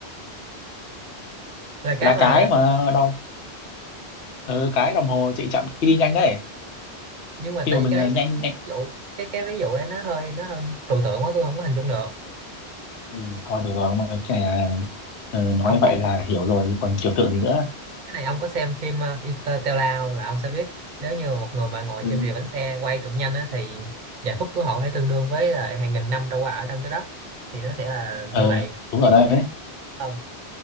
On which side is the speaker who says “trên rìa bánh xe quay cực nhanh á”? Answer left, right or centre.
Right